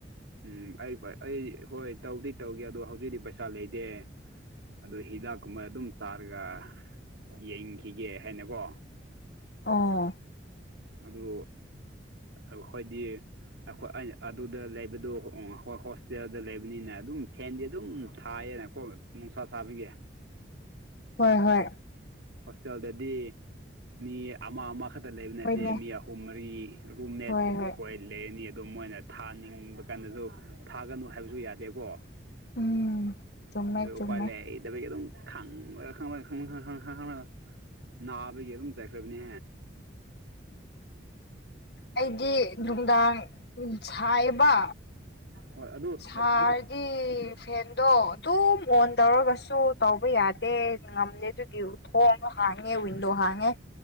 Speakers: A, on the right (about 90°); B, on the left (about 60°).
A: ꯎꯝ ꯑꯩ ꯑꯩ ꯍꯣꯏ ꯇꯧꯗꯤ ꯇꯧꯒꯦ ꯑꯗꯣ ꯍꯧꯖꯤꯛꯇꯤ ꯄꯩꯁꯥ ꯂꯩꯇꯦ꯫ ꯑꯗꯨ ꯍꯤꯗꯥꯛꯀꯨꯝꯕ ꯑꯗꯨꯝ ꯆꯥꯔꯒ ꯌꯦꯡꯈꯤꯒꯦ ꯍꯥꯏꯅꯀꯣ
B: ꯑꯣ
A: ꯑꯗꯨ ꯑꯈꯣꯏꯗꯤ ꯑꯩꯈꯣꯏ ꯑꯩꯅ ꯑꯗꯨꯗ ꯂꯩꯕꯗꯣ ꯍꯣ ꯍꯣꯁꯇꯦꯜꯗ ꯂꯩꯕꯅꯤꯅ ꯑꯗꯨꯝ ꯐꯦꯟꯗꯤ ꯑꯗꯨꯝ ꯊꯥꯏꯌꯦꯅ <unintelligible> ꯅꯨꯡꯁꯥ ꯁꯥꯕꯒꯤ
B: ꯍꯣꯏ ꯍꯣꯏ
A: ꯍꯣꯁꯇꯦꯜꯗꯗꯤ ꯃꯤ ꯑꯃ ꯑꯃ ꯈꯛꯇ ꯂꯩꯕ ꯅꯠꯇꯦ
B: ꯍꯣꯏꯅꯦ
A: ꯃꯤ ꯑꯍꯨꯝ ꯃꯔꯤ ꯔꯨꯝꯃꯦꯠ
B: ꯍꯣꯏ
A: ꯑꯩꯈꯣꯏ
B: ꯍꯣꯏ
A: ꯂꯩꯔꯅꯤ ꯑꯗꯣ ꯃꯣꯏꯅ ꯊꯥꯅꯤꯡꯕ ꯀꯥꯟꯗꯁꯨ ꯊꯥꯒꯅꯨ ꯍꯥꯏꯕꯁꯨ ꯌꯥꯗꯦꯀꯣ
B: ꯎꯝ ꯆꯨꯝꯃꯦ
A: ꯑꯗꯨ
B: ꯆꯨꯝꯃꯦ
A: ꯎꯄꯥꯏ ꯂꯩꯗꯕꯒꯤ ꯑꯗꯨꯝ ꯈꯥꯡꯕꯗꯥ ꯈꯥꯡꯕꯗꯥ ꯈꯡ ꯈꯡ ꯈꯡ ꯈꯡ ꯈꯡ ꯈꯡ <unintelligible> ꯅꯥꯕꯒꯤ ꯑꯗꯨꯝ ꯆꯥꯠꯈ꯭ꯔꯕꯅꯦ
B: ꯑꯩꯗꯤ ꯅꯨꯡꯗꯥꯡ ꯁꯥꯏꯌꯦꯕ
A: ꯍꯣꯏ ꯑꯗꯨ
B: ꯁꯥꯔꯗꯤ ꯐꯦꯟꯗꯣ ꯑꯗꯨꯝ ꯑꯣꯟ ꯇꯧꯔꯒꯁꯨ ꯇꯧꯕ ꯌꯥꯗꯦ ꯉꯝꯗꯦ ꯑꯗꯨꯒꯤ ꯊꯣꯡ ꯍꯥꯡꯉꯦ ꯋꯤꯟꯗꯣ ꯍꯥꯡꯉꯦ